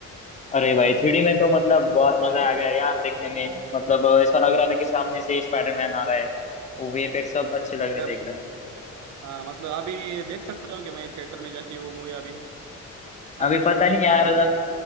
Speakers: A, on the left; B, on the right.
A: अरे भाई थ्री डी में तो मतलब बहुत मजा आ गया यार देखने में मतलब ऐसा लग रहा था कि सामने से ही स्पाइडरमैन आ रहा है वो वीएफएक्स सब अच्छे लग रहे
B: वो
A: थे एकदम
B: हाँ मतलब अभी देख सकता हूँ कि मैं थिएटर में जाके वो मूवी अभी
A: अभी
B: अभी मेरे
A: पता
B: को
A: नहीं
B: टाइम
A: यार
B: है अभी